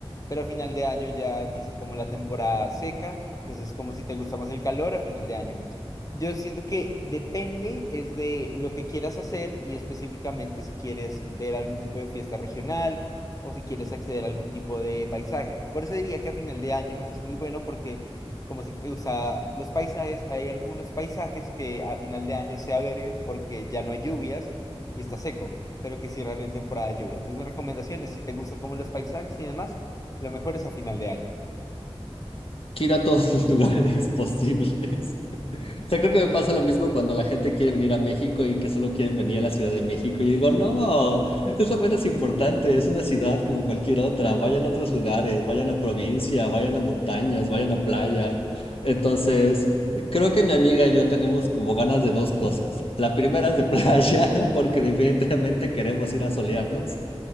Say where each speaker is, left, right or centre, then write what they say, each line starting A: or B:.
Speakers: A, on the left; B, on the left.
A: Pero a final de año ya empieza como la temporada seca, entonces es como si te gusta más el calor a final de año. Yo siento que depende es de lo que quieras hacer y específicamente si quieres ver algún tipo de fiesta regional o si quieres acceder a algún tipo de paisaje. Por eso diría que a final de año es muy bueno porque como sé que te gusta los paisajes, hay algunos paisajes que a final de año se abren porque ya no hay lluvias y está seco, pero que cierran en temporada de lluvia. Entonces mi recomendación es si te gusta como los paisajes y demás lo mejor es a final de año.
B: Quiero a todos los <laughs> lugares posibles. O sea, creo que me pasa lo mismo cuando la gente quiere venir a México y que solo quieren venir a la Ciudad de México. Yo digo, no, es lo menos importante, es una ciudad como cualquier otra. Vayan a otros lugares, vayan a provincia, vayan a montañas, vayan a playa. Entonces, creo que mi amiga y yo tenemos como ganas de dos cosas. La primera es de playa, <laughs> porque definitivamente queremos ir a solearnos.